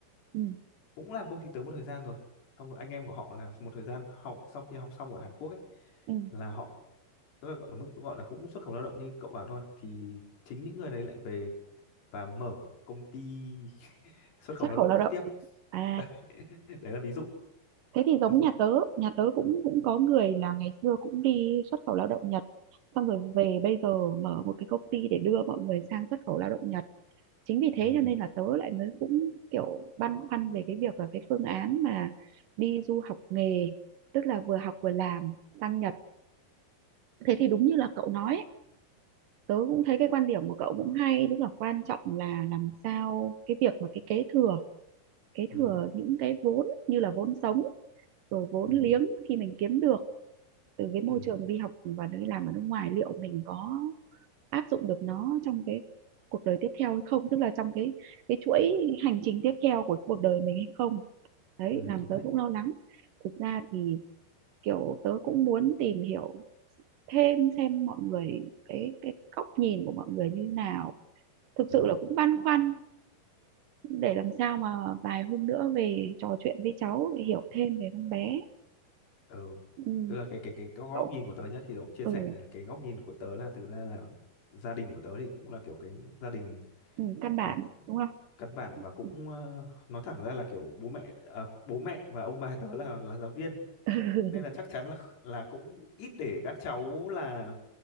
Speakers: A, on the right; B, on the left.
A: ừ,
B: cũng làm công ty tớ một thời gian rồi xong rồi anh em của họ là một thời gian học sau khi học xong ở Hàn Quốc ấy
A: ừ,
B: là họ tức là ở mức gọi là cũng xuất khẩu lao động như cậu bảo thôi thì chính những người đấy lại về và mở công ty <laughs> xuất khẩu
A: xuất
B: lao
A: khẩu
B: động
A: lao động
B: tiếp
A: à
B: đấy <laughs> đấy là ví dụ
A: thế thì giống
B: <laughs>
A: nhà tớ nhà tớ cũng cũng có người là ngày xưa cũng đi xuất khẩu lao động Nhật xong rồi về bây giờ mở một cái công ty để đưa mọi người sang xuất khẩu lao động Nhật chính vì thế
B: ừ
A: cho nên là tớ lại mới cũng kiểu băn khoăn về cái việc là cái phương án mà đi du học nghề tức là vừa học vừa làm sang Nhật thế thì đúng như là cậu nói ấy, tớ cũng thấy cái quan điểm của cậu cũng hay tức là quan trọng là làm sao cái việc mà cái kế thừa kế
B: ừ
A: thừa những cái vốn như là vốn sống rồi vốn
B: ừ
A: liếng khi mình kiếm được từ cái môi
B: ừ
A: trường đi học và đi làm ở nước ngoài liệu mình có áp dụng được nó trong cái cuộc đời tiếp theo hay không tức là trong cái cái chuỗi hành trình tiếp theo của cuộc đời mình hay không đấy
B: ừ
A: làm
B: đúng
A: tớ
B: đấy
A: cũng lo lắng thực ra thì kiểu tớ cũng muốn tìm hiểu thêm xem mọi người cái cái góc nhìn của mọi người như nào thực
B: ừ
A: sự là cũng băn khoăn để làm sao mà vài hôm nữa về trò chuyện với cháu để hiểu thêm về con bé
B: ừ
A: ừ,
B: tức là cái cái cái cái góc
A: cậu
B: nhìn của tớ nhá thì tớ cũng chia
A: ừ,
B: sẻ này là cái góc nhìn của tớ là thực ra là gia đình của tớ thì cũng là kiểu cái gia đình
A: ừ, căn bản
B: kiểu
A: đúng không
B: căn bản và cũng
A: Ừ.
B: ờ, nói thẳng ra là kiểu bố mẹ à, bố mẹ và ông bà tớ là là giáo viên
A: <laughs>
B: nên là chắc chắn là là cũng ít để các cháu là